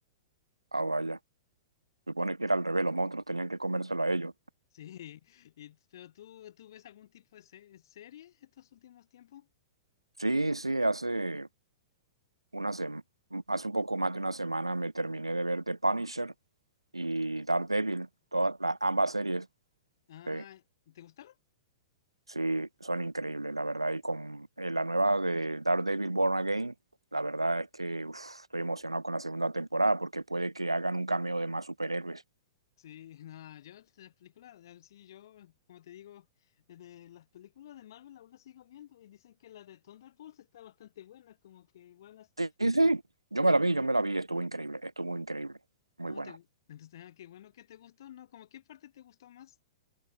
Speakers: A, on the right; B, on the left.
A: Ah, vaya. Supone que era al revés, los monstruos tenían que comérselo a ellos.
B: Sí, y- pero tú, ¿tú ves algún tipo de se- serie estos últimos tiempos?
A: Sí, sí, hace una sem- hace un poco más de una semana me terminé de ver The Punisher y Daredevil, todas las ambas series.
B: Ah,
A: Sí.
B: ¿te gustaron?
A: Sí, son increíbles, la verdad. Y con eh, la nueva de Daredevil Born Again, la verdad es que uf, estoy emocionado con la segunda temporada porque puede que hagan un cameo de más superhéroes.
B: Sí, <laughs> nada, yo las películas, eh, sí, yo, como te digo, de las películas de Marvel aún las sigo viendo y dicen que la de Thunderbolts está bastante buena, como que buenas.
A: Sí, sí, sí. yo me la vi, yo me la vi, estuvo increíble, estuvo increíble, muy
B: ¿Cómo
A: buena.
B: te, entonces, ah, qué bueno que te gustó, ¿no? ¿Cómo qué parte te gustó más?